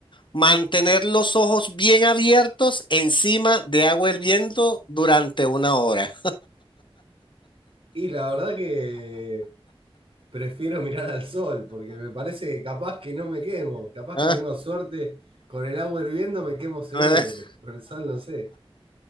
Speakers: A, on the left; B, on the right.
A: mantener los ojos bien abiertos encima de agua hirviendo durante una hora?
B: Y la verdad que prefiero mirar al sol, porque me parece que capaz que no me quemo, capaz
A: Ah,
B: que tengo suerte, con el agua hirviendo me quemo seguro,
A: <laughs>
B: pero con el sol no sé.